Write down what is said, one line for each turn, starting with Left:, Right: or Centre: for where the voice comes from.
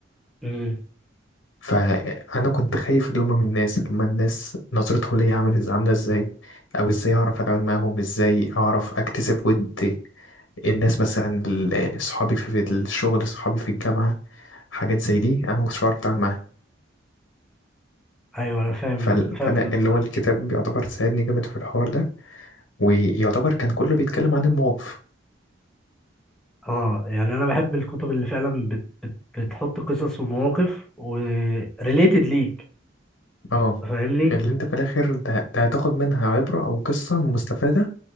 Centre: امم
Left: فانا كنت خايف اللي هما من الناس اللي هما الناس نظرتهم ليا عامل إز- عامله ازاي او ازاي اعرف اتعامل معاهم ازاي اعرف اكتسب ود الناس مثلا ال- صحابي في في الشغل صحابي في الجامعة حاجات زي دي أنا ما كنتش بعرف أتعامل معاها
Centre: ايوه انا فاهم
Left: فال-
Centre: ال- فاهم
Left: فلا
Centre: النقطه
Left: اللي هو
Centre: دي.
Left: الكتاب بيعتبر ساعدني جامد في الحوار ده ويعتبر كان كله بيتكلم عن المواقف
Centre: اه يعني انا بحب الكتب اللي فعلا بت بت بتحط قصص ومواقف وريليتد ليك
Left: اه
Centre: فاهمني
Left: اللي انت في الآخر ده, ده هتاخد منها عبرة أو قصة مستفادة